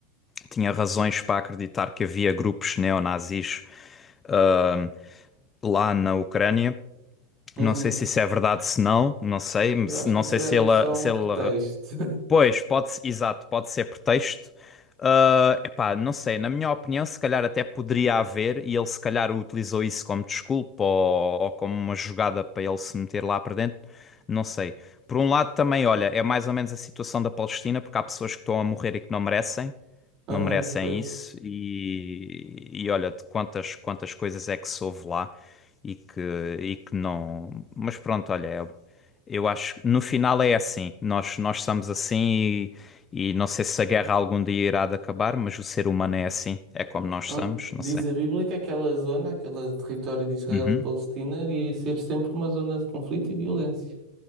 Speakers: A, on the left; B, on the right.
A: tinha razões para acreditar que havia grupos neonazis ah, lá na Ucrânia.
B: uhum.
A: Não sei se isso é verdade, se não, não sei.
B: Eu
A: Se-
B: acho
A: Não
B: que isso
A: sei se
B: é
A: ele,
B: é só
A: se
B: um pretexto.
A: ele Pois, pode, exato, pode ser pretexto. Ah, epá, não sei, na minha opinião, se calhar até poderia haver, e ele se calhar utilizou isso como desculpa ou, ou como uma jogada para ele se meter lá para dentro, não sei. Por um lado também, olha, é mais ou menos a situação da Palestina, porque há pessoas que estão a morrer e que não merecem
B: <laughs>
A: não
B: Aham,
A: merecem
B: pois.
A: isso e, e olha de quantas quantas coisas é que soube lá e que e que não mas pronto olha eu, eu acho que no final é assim nós nós somos assim e, e não sei se a guerra algum dia irá de acabar mas o ser humano é assim é como nós
B: Ah,
A: somos não
B: Diz
A: sei
B: a Bíblia que aquela zona, aquele território de Israel
A: Uhum.
B: e Palestina, ia ser sempre uma zona de conflito e violência.